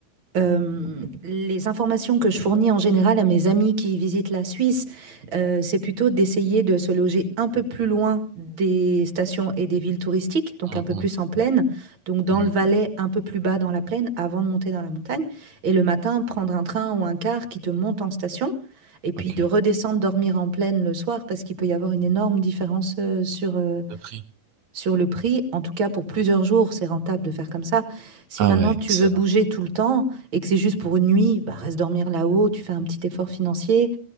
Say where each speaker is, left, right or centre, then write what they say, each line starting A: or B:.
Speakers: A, on the right; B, on the right.
A: Euh, les informations que je fournis en général à mes amis qui visitent la Suisse, euh, c'est plutôt d'essayer de se loger un peu plus loin des stations et des villes touristiques, donc
B: Mhm,
A: un peu plus en plaine, donc dans
B: mhm.
A: le Valais, un peu plus bas dans la plaine, avant de monter dans la montagne. Et le matin, prendre un train ou un car qui te monte en station, et puis
B: Ok.
A: de redescendre dormir en plaine le soir, parce qu'il peut y avoir une énorme différence euh, sur, euh,
B: De prix.
A: sur le prix. En tout cas, pour plusieurs jours, c'est rentable de faire comme ça. Si
B: Ah
A: maintenant
B: ouais,
A: tu
B: excellent.
A: veux bouger tout le temps et que c'est juste pour une nuit, bah, reste dormir là-haut, tu fais un petit effort financier.